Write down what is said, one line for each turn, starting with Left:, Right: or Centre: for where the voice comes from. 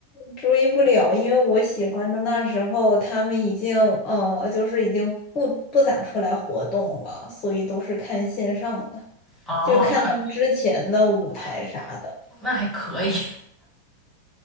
Left: 追不了，因为我喜欢的那时候他们已经呃，就是已经不不咋出来活动了，所以都是看线上的，
Centre: 哦，
Left: 就看他们之前的舞台啥的。
Centre: 那那还可以。